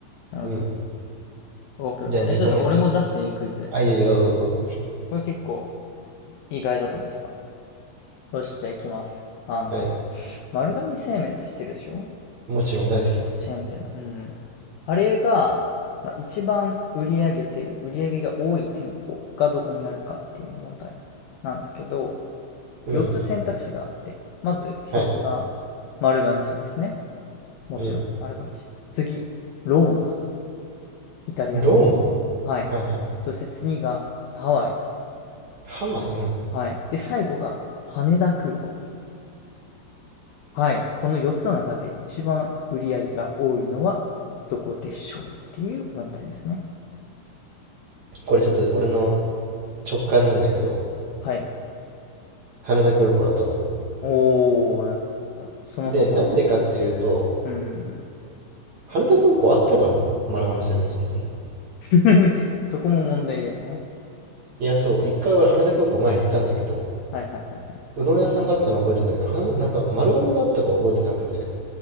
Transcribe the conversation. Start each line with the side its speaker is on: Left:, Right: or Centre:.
Left: なるほどね。
Right: うん。
Left: オッケーオッケー。
Right: じゃあ2個目。
Left: え、ちょっと俺も出していいクイズ。
Right: あ、いえいえ、どうぞどうぞ。
Left: これ結構意外だと思ったから。よし、じゃあ行きます。あの、
Right: はい。
Left: 丸亀製麺って知ってるでしょ
Right: もちろん大好きよ。
Left: チェーン店の。うん。あれが、まあ、一番売り上げてる、売り上げが多い店舗がどこにあるかっていう問題なんだけど、
Right: うん。
Left: 4つ選択肢があって、まず1つが
Right: はい。
Left: 丸亀市ですね。もちろん丸亀市。
Right: うん。
Left: 次、ローマ。イタリアのロー
Right: ローマ
Left: マ。はい。
Right: はいはい。
Left: そして次がハワイ。
Right: ハワイうん。
Left: はい。で、最後が羽田空港。はい。この4つの中で一番売り上げが多いのはどこでしょうっていう問題ですね。
Right: これちょっと俺の直感なんだけど、
Left: はい。
Right: 羽田空港だと思
Left: おー、なるほど。その心は。
Right: う。で、なんでかっていうと、
Left: うーん。
Right: 羽田空港あったかな丸亀製麺そもそも。
Left: <laughs> そこも問題だよね。
Right: いや、そう、一回俺羽田空港前行ったんだけど、
Left: はいはいはいは
Right: うどん屋さんがあったの覚えてるんだけど、羽田、なんか丸亀があったか覚えてなくて。